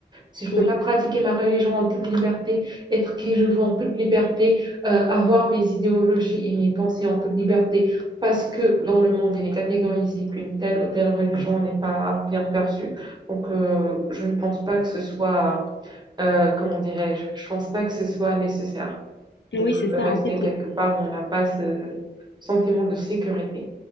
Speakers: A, on the right (about 25°); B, on the left (about 80°).
A: Si je peux
B: oui,
A: pas pratiquer ma religion en toute liberté, être qui je veux en toute liberté, euh, avoir mes idéologies et mes pensées en toute liberté, parce que dans le monde, il est catégorisé qu'une telle ou telle religion n'est pas bien perçue. Donc, euh, je ne pense pas que ce soit, euh, comment dirais-je, je pense pas que ce soit nécessaire de,
B: oui,
A: de
B: c'est ça.
A: rester
B: En fait,
A: quelque part où on n'a pas ce sentiment de sécurité.